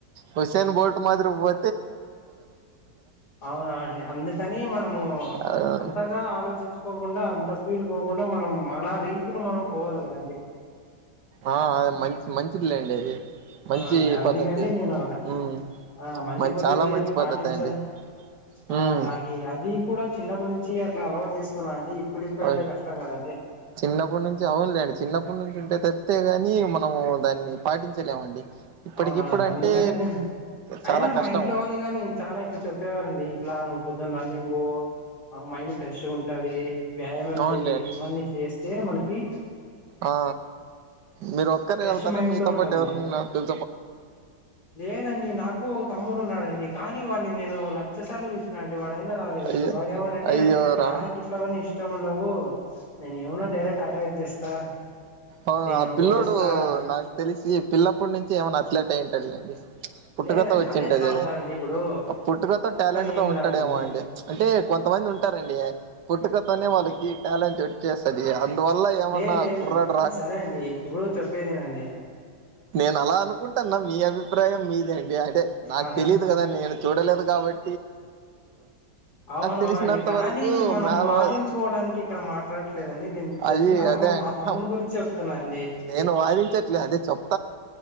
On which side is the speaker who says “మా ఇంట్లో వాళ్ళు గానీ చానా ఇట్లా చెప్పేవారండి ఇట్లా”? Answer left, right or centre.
Left